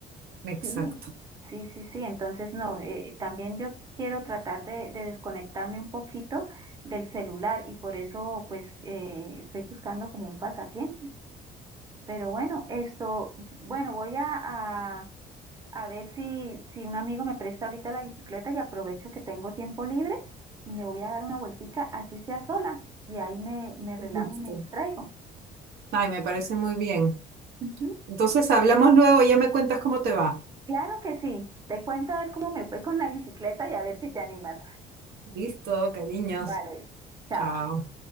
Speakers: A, on the right; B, on the right.
A: Exacto.
B: Sí, sí, sí, sí, entonces no, eh, también yo quiero tratar de, de desconectarme un poquito del celular y por eso pues eh, estoy buscando como un pasatiempo. Pero bueno, esto, bueno, voy a, a, a ver si, si un amigo me presta ahorita la bicicleta y aprovecho que tengo tiempo libre y me voy a dar una vueltica, así sea sola, y ahí me, me relajo
A: Listo.
B: y me distraigo.
A: Ay, me parece muy bien.
B: Ujú.
A: Entonces hablamos luego, ya me cuentas cómo te va.
B: Claro que sí, te cuento a ver cómo me fue con la bicicleta y a ver si te animas.
A: Listo, cariños.
B: Vale, chao.
A: Chao.